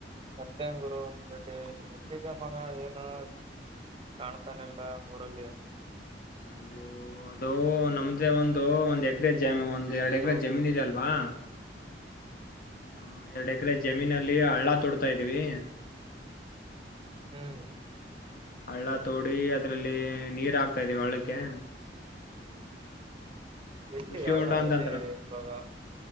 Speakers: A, on the right (about 30°); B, on the left (about 55°).
A: ಮತ್ತೇನ್ ಗುರು ರೆಡ್ಡಿ ಎಲ್ಲಿಗೆ ಮಗ ಏನು ಕಾಣ್ತಾನೆ ಇಲ್ಲ ಊರಲ್ಲಿ
B: ಅಯ್ಯೋ ಅದು ನಮ್ದೇ ಒಂದು ಒಂದ್ ಎಕರೆ ಜಮ ಒಂದ್ ಎರಡ್
A: ಹಲೋ
B: ಎಕರೆ ಜಮೀನ್ ಇದೆಲ್ವಾ ಹ ಎರಡ್ ಎಕರೆ ಜಮೀನಲ್ಲಿ ಹಳ್ಳ ತೊಡ್ತಾ ಇದೀವಿ
A: ಹ್ಮ್
B: ಹಳ್ಳ ತೋಡಿ ಅದ್ರಲ್ಲಿ ನೀರ್ ಹಾಕ್ತಾ ಇದೀವಿ ಹಳ್ಳಕ್ಕೆ
A: ಎಲ್ಲಿ
B: ಕೃಷಿ
A: ಹಳ್ಳ
B: ಹೊಂಡ ಅಂತಂತರ
A: ಎಲ್ಲಿ ಇವಾಗಾ